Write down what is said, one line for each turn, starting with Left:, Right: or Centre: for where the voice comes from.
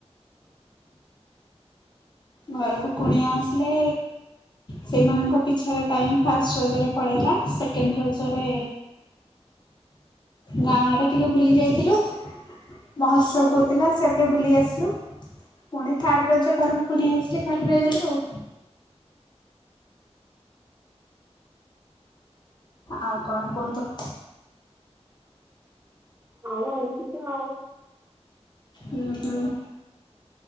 Left: ଘରକୁ କୁଣିଆ ଆସିଲେ ସେଇମାନଙ୍କ ପିଛାରେ ଟାଇମ ଫାଷ୍ଟ ରଜରେ ପଳେଇଲା ସେକେଣ୍ଡ ରଜରେ ଗାଁ ଆଡେ ଟିକେ ବୁଲି ଯାଇଥିଲୁ। ମହୋଶ୍ଚବ ହଉଥିଲା ସିଆଡେ ଟିକେ ବୁଲି ଆସିଲୁ। ପୁଣି ଥାଡ ରଜ ଘରକୁ କୁଣିଆ ଆସିଲେ ଘରେ ରହିଗଲୁ ଆଉ। ଆଉ କଣ କୁହନ୍ତୁ?
Right: ଆଉ ଏମିତି କି ନ ହେଉ।
Left: ଉଁ ହୁଁ